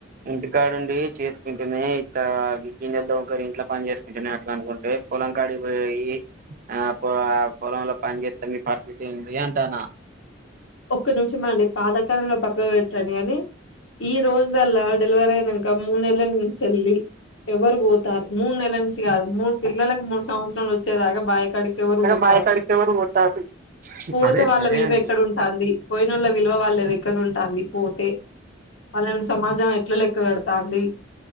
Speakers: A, on the right; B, on the left.
A: ఇంటికాడుండి చేసుకుంటునే ఇట్ట గి గిన్నెలు తోముకోని ఇంట్లో పని చేసుకుంటునే అట్లాని అనుకుంటే పొలం కడిగిపోయి ఆ పొ ఆ పొలంలో పని జేత్తే మీ పరిస్థితి ఏంది అంటానా
B: ఒక్క నిమిషమాండి పాతకాలంని పక్కని పెట్టండి గాని ఈ రోజులల్లా డెలివర్ అయినాక మూడునెలల నుంచేళ్లి ఎవరు పోతారు మూడు నెల నుంచి గాదు మూడు పిల్లలకు మూడు సంవత్సరాలు వచ్చేదాకా బాయ కడి ఎవరు పోతారు
A: బావి కాడికి ఎవరు పోతారు
B: పోతే
A: అదే
B: వాళ్ళ
A: సరే
B: విలువ
A: అండి
B: ఎక్కడ ఉంది పోయిన వాళ్ళది విలువ వాళ్ళేది ఎక్కడ ఉంటది పోతే వాళ్ళని సమాజం ఎట్లా లెక్క కడతాంది